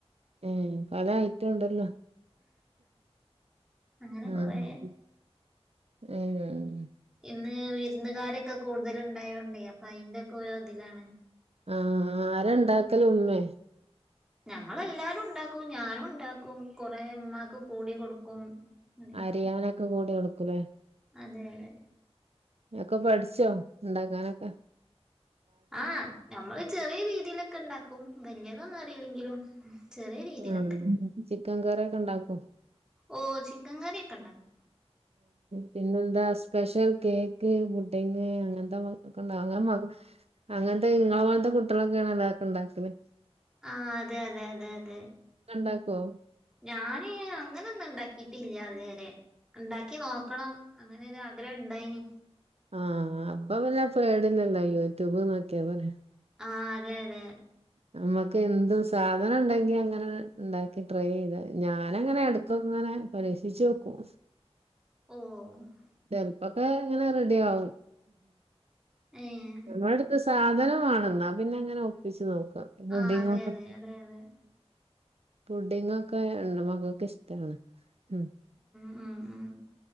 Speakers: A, on the right; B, in the centre.
A: ഏഹ് പല ഐറ്റം ഉണ്ടല്ലോ
B: അങ്ങനെ
A: ആഹ്
B: കൊറെ
A: ഉം
B: ഇന്ന് വിരുന്നുകാരൊക്കെ കൂടുതൽ ഉണ്ടായോണ്ടേ അപ്പൊ അതിന്റെക്കെ ഓരോഇതിലാണ്
A: ആഹ് ആര ഉണ്ടാക്കല് ഉമ്മേ
B: ഞങ്ങളെല്ലാരും ഉണ്ടാക്കും ഞാനും ഉണ്ടാക്കും കൊറെ ഉമ്മാക്ക് കൂടി കൊടുക്കും അങ്ങനെയൊക്കെയാണ്
A: അരിയാനൊക്കെ കൂടി കൊടുക്കുലേ
B: അതെ അതെ
A: ഒക്കെ പഠിച്ചോ ഉണ്ടാക്കാനൊക്കെ
B: ആഹ് നമ്മള് ചെറിയ രീതിലൊക്കെ ഉണ്ടാക്കും വല്യതൊന്നും അറിയില്ലെങ്കിലും ചെറിയ രീതിയിലൊക്കെ
A: ആഹ് ചിക്കൻ കറിഒക്കെ ഉണ്ടാക്കോ
B: ഓഹ് ചിക്കൻ കറി ഒക്കെ ഉണ്ടാക്കും
A: പിന്നെന്താ സ്പെഷ്യൽ കേക്ക് ബുഡ്ഢിങ് അങ്ങനത്തെ മ കൊണ്ടാ അങ്ങനെ മക അങ്ങനത്തെ ഇങ്ങളെ പോലത്തെ കുട്ടികളൊക്കെയാണ് ഉണ്ടാക്കണ്ടെ പിന്നെ
B: ആഹ് അതെ അതെ അതെ അതെ
A: ഇങ്ങള് ഇണ്ടാക്കോ
B: ഞാന് അങ്ങനെന്നും ഇണ്ടാക്കിട്ടില്യാ ഇതുവരെ ഉണ്ടാക്കി നോക്കണം അങ്ങനെ ഒരു ആഗ്രഹം ഇണ്ടായിന്
A: ആഹ് അപ്പൊ വല്ല പേടുന്ന എന്താ യൂട്യൂബ് നോക്കിയ പോരെ
B: ആഹ് അതെ അതെ
A: നമ്മുക്ക് എന്തും സാധനം ഉണ്ടെങ്കി അങ്ങനെ ഉണ്ടാക്കി ട്രൈ ചെയ്ത ഞാനങ്ങനെ എടുക്കൊക്കങ്ങനെ ഞാൻ പരേസിച്ച് നോക്കും
B: ഓഹ്
A: ചെലപ്പോക്കെ ഇങ്ങനെ റെഡി ആവും.
B: ഏഹ്
A: നമ്മുടെ അടുത്ത് സാധനം വാണെന്നാ പിന്നെ എങ്ങനെ ഒപ്പിച്ച് നോക്കു ക്കും ബുഡിങൊക്കേ
B: ആഹ് അതെ അതെ അതെ അതെ
A: <unintelligible> പുഡ്ഢിങ്ങൊക്കെ എന്റെ മക്കക്ക്‌ ഇഷ്ടാണ് ഉം
B: ഉം ഉം